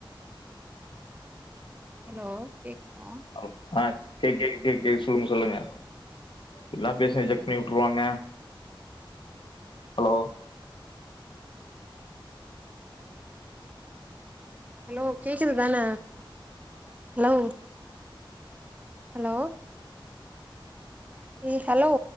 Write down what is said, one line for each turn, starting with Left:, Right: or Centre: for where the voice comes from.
Right: ஹலோ கேக்குதா?
Left: ஹலோ அ கேக் கேக்கு கேக் கேக் சொல்லுங்க சொல்லுங்க நல்லா பேசு ரிஜக்ட் பண்ணி உட்ருவாங்க. ஹலோ?
Right: ஹலோ கேக்குது தான ஹலோ? ஹலோ? ஏ ஹலோ?